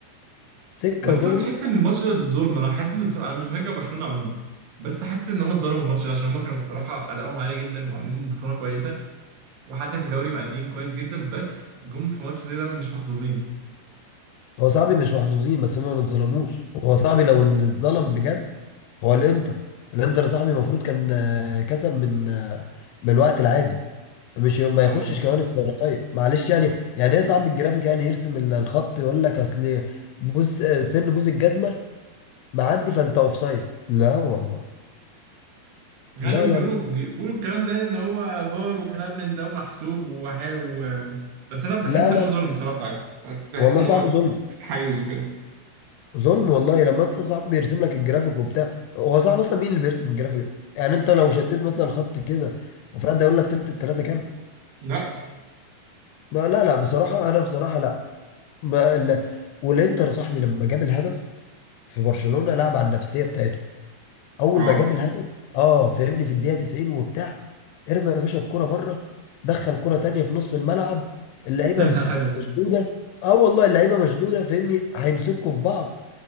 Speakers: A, on the left (about 80°); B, on the right (about 75°).
A: سكه
B: بس
A: ودغري
B: هو تحس ان الماتش ده ظلم انا حاسس ان بصراحه انا مش بشجع برشلونه عموما بس حاسس ان هم اتظلموا في الماتش ده عشان هم كانوا بصراحه ادائهم عالي جدا وعاملين بطوله كويسه وحتى في الدوري مأديين كويس جدا بس جم في ماتش زي ده مش محظوظين
A: هو صاحبي مش محظوظين بس هما ما اتظلموش هو صاحبي لو اللي اتظلم بجد هو الانتر الانتر صاحبي المفروض كان آه، كسب من آه، من الوقت العادي مش ما
B: اه
A: يخشش كمان بسرعتين معلش يعني يعني ايه صاحب الجرافيك يعني يرسم ال- الخط يقول لك اصل بص آه، سن بوز الجزمه معدي فانت اوف سايد لا والله
B: يعني
A: لا
B: هم
A: لا
B: بيقولوا
A: لا
B: بيقولوا الكلام ده يعني ان هو فار وكلام من ده ومحسوب وحلو بس انا بحس
A: لا لا
B: ان هو ظلم بصراحه ساعات ساعات بحس
A: والله
B: ان
A: صعب
B: هو
A: ظلم
B: في تحيز وكده
A: ظلم والله لما انت صعب بيرسم لك الجرافيك وبتاع هو صعب اصلا مين اللي بيرسم الجرافيك ده؟ يعني انت لو شديت مثلا خط كده وفجأة يقول لك تلت التلاته كام
B: لا
A: ما لا لا بصراحه انا بصراحه لا ما لا والانتر صاحبي لما جاب الهدف في برشلونه لعب على النفسيه بتاعته اول
B: اه
A: ما جاب الهدف اه فاهمني في الدقيقه 90 وبتاع ارمى يا باشا الكره بره دخل كره تانيه في نص الملعب اللعيبه
B: <laughs> ايوه
A: مشدوده اه والله اللعيبه مشدوده فاهمني هيمسكوا في بعض